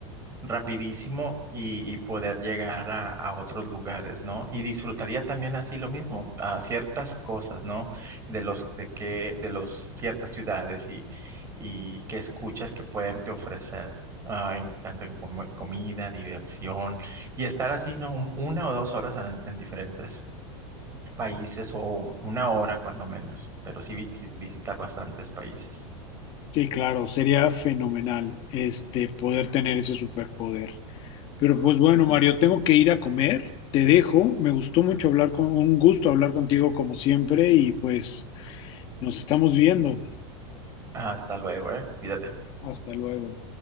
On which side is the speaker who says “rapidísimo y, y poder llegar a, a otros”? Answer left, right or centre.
Right